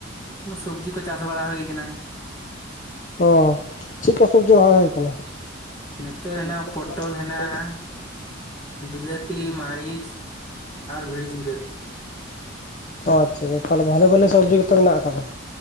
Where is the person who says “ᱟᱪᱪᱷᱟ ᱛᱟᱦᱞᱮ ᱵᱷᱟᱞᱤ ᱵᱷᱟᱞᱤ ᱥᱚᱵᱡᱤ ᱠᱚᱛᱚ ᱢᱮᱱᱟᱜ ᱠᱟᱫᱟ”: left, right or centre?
Left